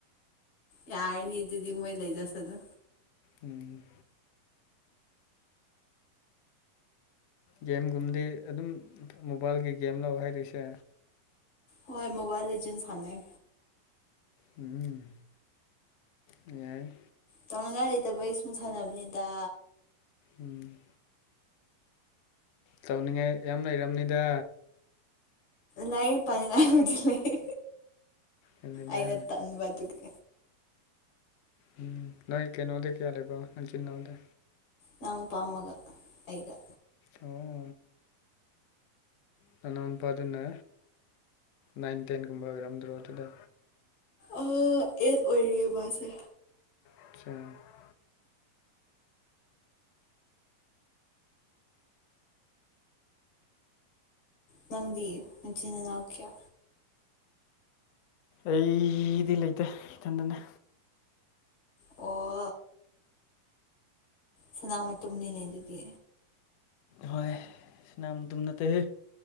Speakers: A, on the left; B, on the left.
A: ꯌꯥꯔꯅꯤ ꯗꯨꯗꯤ ꯃꯣꯏ ꯂꯩꯖꯁꯅꯨ
B: ꯎꯝ ꯒꯦꯝꯒꯨꯝꯕꯗꯤ ꯑꯗꯨꯝ ꯃꯣꯕꯥꯏꯜꯒꯤ ꯒꯦꯝꯂꯣ ꯍꯥꯏꯔꯤꯁꯦ
A: ꯍꯣꯏ ꯃꯣꯕꯥꯏꯜ ꯂꯤꯖꯦꯟ ꯁꯥꯅꯩ
B: ꯎꯝ ꯌꯥꯏ
A: ꯇꯧꯅꯤꯡꯉꯥꯏ ꯂꯩꯇꯕꯩ ꯁꯨꯝ ꯁꯥꯟꯅꯕꯅꯤꯗꯥ
B: ꯎꯝ ꯇꯧꯅꯤꯡꯉꯥꯏ ꯌꯥꯝ ꯂꯩꯔꯝꯅꯤꯗꯥ
A: ꯂꯥꯏꯔꯤꯛ ꯄꯥꯅꯤꯡꯉꯥꯏꯕꯨꯗꯤ ꯂꯩ
B: ꯑꯗꯨꯅꯤꯗ
A: ꯑꯩꯅ ꯇꯟꯕꯗꯨꯒꯤ
B: ꯎꯝ ꯅꯣꯏ ꯀꯩꯅꯣꯗꯤ ꯀꯌꯥ ꯂꯩꯕ ꯅꯆꯤꯟ ꯅꯥꯎꯗꯤ
A: ꯏꯅꯥꯎꯅꯨꯄꯥ ꯑꯃꯒ ꯑꯩꯒ
B: ꯑꯣ ꯅꯅꯥꯎ ꯅꯨꯄꯥꯗꯨꯅ ꯅꯥꯏꯟ ꯇꯦꯟꯒꯨꯝꯕ ꯑꯣꯏꯔꯝꯗ꯭ꯔꯣ ꯑꯗꯨꯗꯤ
A: ꯑ ꯑꯦꯠ ꯑꯣꯏꯔꯤꯌꯦ ꯃꯥꯁꯦ
B: <unintelligible>
A: ꯅꯪꯗꯤ ꯅꯆꯤꯟ ꯅꯅꯥꯎ ꯀꯌꯥ
B: ꯑꯩꯗꯤ ꯂꯩꯇꯦ ꯏꯊꯟꯗꯅꯦ
A: ꯑꯣ ꯁꯅꯥ ꯃꯇꯨꯝꯅꯤꯅꯦ ꯑꯗꯨꯗꯤ
B: ꯍꯣꯏ ꯁꯅꯥ ꯃꯇꯨꯝ ꯅꯠꯇꯦꯍꯦ